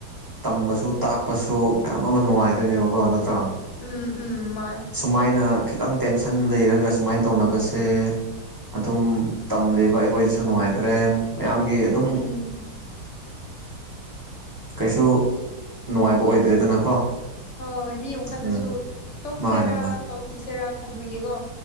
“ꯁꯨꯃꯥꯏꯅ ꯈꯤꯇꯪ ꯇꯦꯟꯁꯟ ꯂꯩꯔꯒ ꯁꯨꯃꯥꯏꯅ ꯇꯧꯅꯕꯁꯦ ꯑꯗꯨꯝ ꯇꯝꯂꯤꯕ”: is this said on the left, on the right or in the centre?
Right